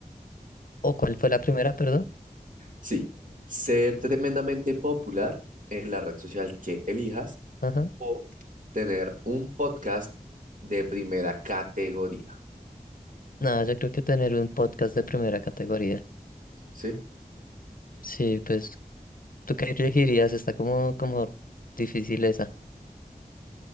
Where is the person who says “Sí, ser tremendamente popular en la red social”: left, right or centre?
Right